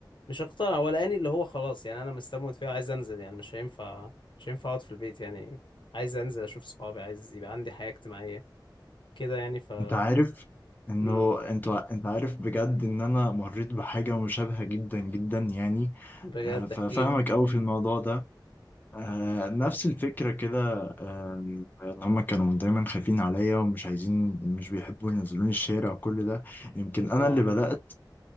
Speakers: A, on the left (about 80°); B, on the left (about 25°).
A: مش اقتنع ولا اني اللي هو خلاص يعني انا مستموت فيها عايز انزل يعني مش هينفع مش هينفع اقعد في البيت يعني عايز انزل اشوف صحابي عايز يبقى عندي حياه اجتماعيه كده يعني ف
B: أنت عارف إنه
A: امم
B: أنت أنت عارف بجد إن أنا مريت بحاجة مشابهة جدا جدا يعني
A: بجد
B: آه، ففاهمك
A: احكي لي
B: أوي في الموضوع ده آه، نفس الفكرة كده آه، إن هما كانوا دايما خايفين عليا ومش عايزين مش بيحبوا ينزلوني الشارع وكل ده يمكن أنا
A: اه
B: اللي بدأت